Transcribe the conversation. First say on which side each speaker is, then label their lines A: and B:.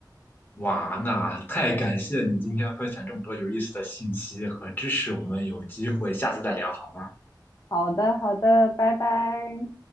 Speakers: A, on the left; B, on the left.
A: 哇，那太感谢你今天分享这么多有意思的信息和知识，我们有机会下次再聊好吗？
B: 好的，好的，拜拜。